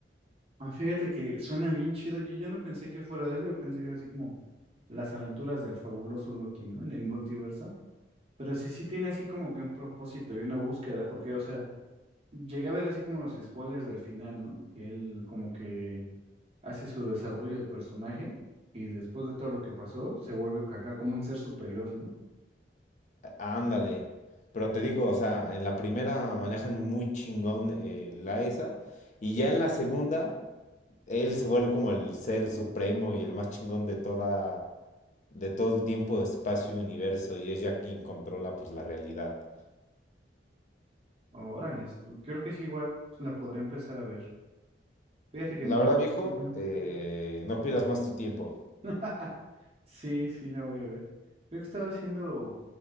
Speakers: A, on the right (about 35°); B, on the left (about 40°).
A: Ah, fíjate que suena bien chido. Yo, yo no pensé que fuera de eso. Yo pensé que era así como Las aventuras del fabuloso Loki, ¿no? En el multiverso. Pero sí, sí tiene así como que un propósito y una búsqueda, porque, o sea, llegué a ver así como los spoilers del final, ¿no? Que él como que hace su desarrollo de personaje y después de todo lo que pasó, se vuelve acá como un ser superior, ¿no?
B: Á- Ándale. Pero te digo, o sea, en la primera manejan muy chingón eh, la esa. Y ya en la segunda, él se vuelve como el ser supremo y el más chingón de toda, de todo el tiempo, espacio, universo. Y es ya quien controla pues la realidad.
A: Órale, creo que sí, igual pues, la podré empezar a ver. Fíjate que
B: La
A: no.
B: verdad, viejo,
A: ujú.
B: eh, no pierdas más tu tiempo.
A: <laughs> Sí, sí, la voy a ver. Creo que estaba haciendo